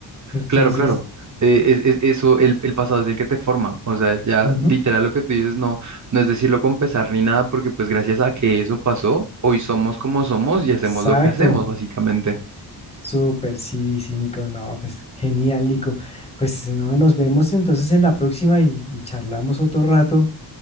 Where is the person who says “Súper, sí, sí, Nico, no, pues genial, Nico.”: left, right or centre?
Left